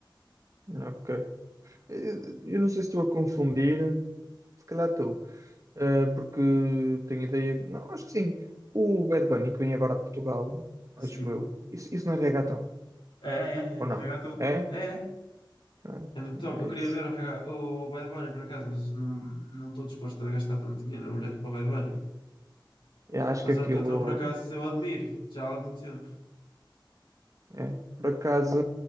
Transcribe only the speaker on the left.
Sim.
É, é,
é,
reggaeton.
É, é.
É muito top. Eu
queria
ver o, Raga- o Bad Bunny por acaso, mas não não estou disposto a gastar tanto dinheiro no bilhete para o Bad Bunny.
Mas
é um cantor por acaso eu admiro já há algum tempo.